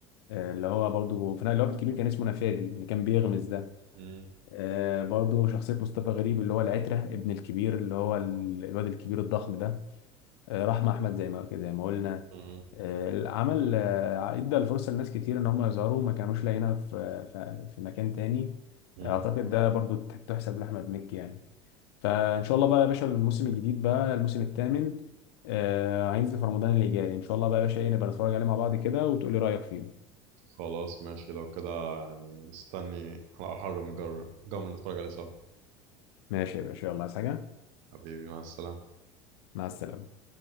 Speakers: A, on the left; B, on the right.
A: آه، اللي هو برضه في اللي هو في الكبير كان اسمه نفادي اللي كان بيغمز ده
B: مم.
A: آه، برضه شخصية مصطفى غريب اللي هو العترة ابن الكبير اللي هو ال- الواد الكبير الضخم ده آه، رحمة أحمد زي ما زي ما قلنا
B: مم.
A: آه، عمل آه، ادى الفرصة لناس كتير إن هم يظهروا ما كانوش لاقيينها في في في مكان تاني
B: مم.
A: أعتقد ده برضه تحسب لأحمد مكي يعني فإن شاء الله بقى يا باشا الموسم الجديد بقى الموسم الثامن آه، هينزل في رمضان اللي جاي إن شاء الله بقى يا باشا إيه نبقى نتفرج عليه مع بعض كده وتقولي رأيك فيه
B: خلاص ماشي لو كده يعني مستني على أحر من جر... جمر نتفرج عليه سوا
A: ماشي يا باشا يلا عايز حاجة
B: حبيبي مع السلامة
A: مع السلامة